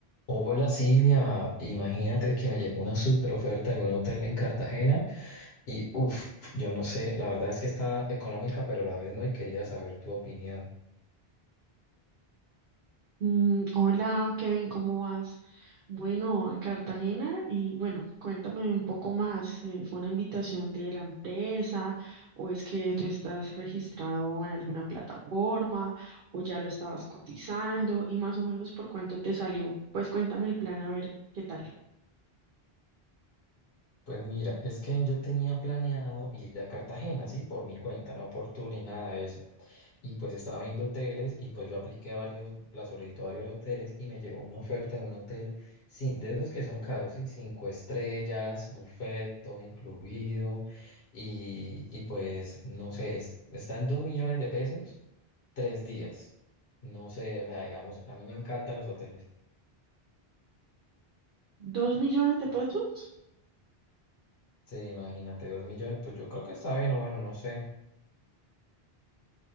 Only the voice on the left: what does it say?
Hola Silvia, imagínate que me llegó una super oferta de un hotel en Cartagena y uff, yo no sé, la verdad es que está económica, pero a la vez no y quería saber tu opinión.
Pues mira, es que yo tenía planeado ir a Cartagena, ¿sí? Por mi cuenta, no por tu ni nada de eso. Y pues estaba viendo hoteles y pues yo apliqué a varios, la solicitud a varios hoteles y me llegó una oferta de un hotel sin, de esos que son caros, ¿sí? Cinco estrellas, buffet, todo incluido. Y, y pues no sé, es- está en dos millones de pesos, tres días. No sé, o sea, digamos, a mí me encantan los hoteles.
Sí, imagínate, dos millones, pues yo creo que está bien o bueno, no sé.